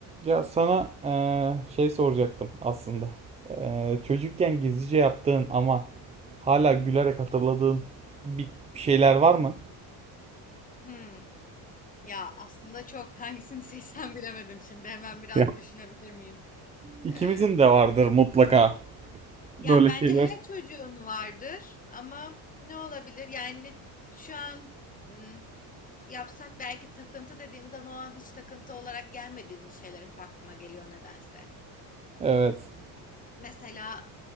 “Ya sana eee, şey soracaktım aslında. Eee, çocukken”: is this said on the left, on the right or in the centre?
Right